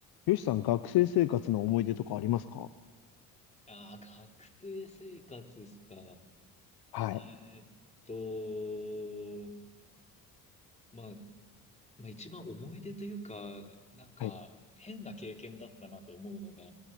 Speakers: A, on the left; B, on the left.
A: よしさん、学生生活の思い出とかありますか
B: ああ、学生生活ですか。
A: はい。
B: えーっと、まあ、まあ一番思い出というか、なんか変な経験だったなと思うのが、
A: はい、